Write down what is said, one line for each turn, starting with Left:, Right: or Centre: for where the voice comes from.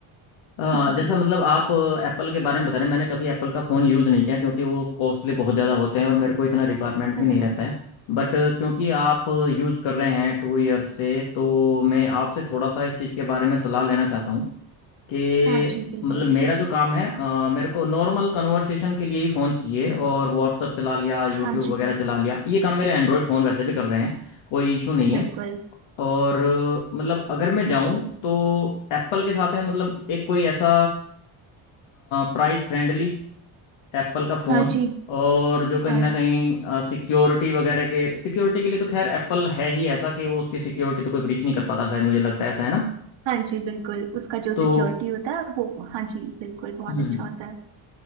Left: अ,
Right: जी
Left: जैसा मतलब आप एप्पल के बारे में बता रहे हैं मैंने कभी एप्पल का फ़ोन यूज़ नहीं किया क्योंकि वो कॉस्टली बहुत ज़्यादा होते हैं और मेरे को इतना रिक्वायरमेंट भी
Right: है
Left: नहीं
Right: ना?
Left: रहता है बट क्योंकि आप यूज़ कर रहे हैं टू ईयर से तो मैं आपसे थोड़ा सा इस चीज़ के बारे में सलाह लेना चाहता हूँ कि
Right: हाँ जी बिल्कुल
Left: मतलब मेरा जो काम है अ, मेरे को नॉर्मल कन्वर्सेशन के लिए ही फ़ोन चाहिए और व्हाट्सअप चला लिया यूट्यूब
Right: हाँ जी
Left: वगैरह चला लिया ये काम मेरे एंड्रॉयड फ़ोन वैसे भी कर रहे हैं कोई इशू नहीं है
Right: बिल्कुल
Left: और अ, मतलब अगर मैं जाऊं तो एप्पल के साथ में मतलब एक कोई ऐसा प्राइस फ्रेंडली एप्पल का फ़ोन
Right: हाँ जी
Left: और जो कहीं
Right: अ,
Left: ना कहीं सिक्योरिटी वगैरह के सिक्योरिटी के लिए तो खैर एप्पल है ही ऐसा कि वो उसकी सिक्योरिटी तो कोई ब्रीच नहीं कर पाता शायद मुझे लगता है ऐसा है ना
Right: हाँ जी बिल्कुल उसका जो
Left: तो
Right: सिक्योरिटी होता है वो हाँ जी बिल्कुल बहुत
Left: हम्म
Right: अच्छा होता है